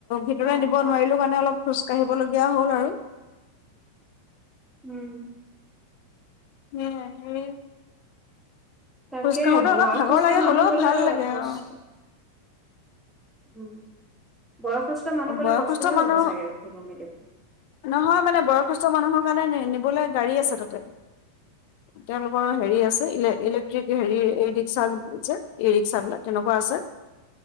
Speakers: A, on the left; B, in the centre.
A: ভিতৰে
B: অ
A: নিব
B: অ
A: নোৱাৰিলো কাৰণে অলপ খোজ কাঢ়িবলগীয়া হল আৰু
B: উম
A: <unintelligible>
B: তাকে
A: খোজ কাঢ়োতে
B: বয়সস্থ
A: অলপ ভাগৰ লাগে
B: মানুহ
A: হ'লেও
B: গলে
A: ভাল লাগে
B: কষ্ট
A: অ।
B: উম বয়সস্থ মানুহ গ'লে
A: বয়সস্থ
B: কষ্টই হ'ব
A: মানুহ
B: চাগে উঠিবলৈ মেলিবলৈ
A: নহয় মানে বয়সস্থ মানুহৰ কাৰণে নি নিবলৈ গাড়ী আছে তাতে তেওঁলোকৰ হেৰি আছেলে ইলেক্ট্ৰিক হেৰি ৰিক্সা ই ৰিক্সাবলাক তেনেকুৱা আছে